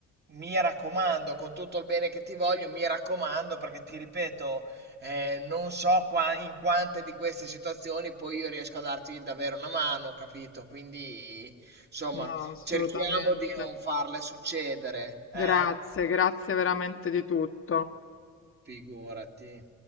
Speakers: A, on the right; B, on the left.
A: mi raccomando, con tutto il bene che ti voglio, mi raccomando, perché ti ripeto, eh, non so qua- in quante di queste situazioni poi io riesco a darti davvero una mano, capito? Quindi, insomma,
B: No, assolutamente.
A: cerchiamo di non farle succedere,
B: Grazie,
A: eh?
B: grazie veramente di tutto.
A: Figurati.